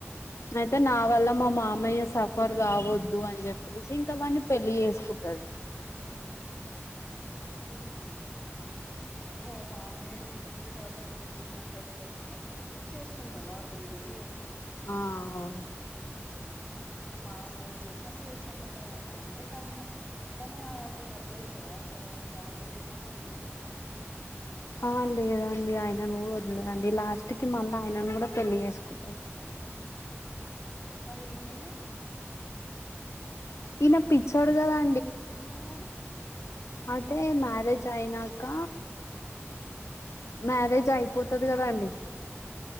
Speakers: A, on the left; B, on the left.
A: అయితే నా వల్ల మా మామయ్య సఫర్ కావద్దు అని చెప్పేసి ఇంకావన్నీ పెళ్లి చేసుకుంటాదీ
B: ఉమ్ ఓహో మామయ్యని ఊకే టార్చర్ చేస్తుందంట అని చెప్పి చేసుకుంటదా ఆ పిల్ల లే
A: ఆ అవును
B: మా మామయ్య కోసం చేసుకుంటారేమో అంటే తను తను అతను వదిలేస్తుందా లవ్ చేసిన అతన్ని
A: ఆ లేదండి ఆయనను వదిలేదండి లాస్ట్ కి మళ్ళీ ఆయనను కూడా పెళ్లి చేసుకుంటారు
B: మరి ఈయన
A: ఈన పిచ్చోడుగాద
B: ఈనా మరి
A: అయితే మ్యారేజ్
B: ఆ
A: అయినాక మ్యారేజ్
B: ఆ
A: అయిపోతుది కదా అండి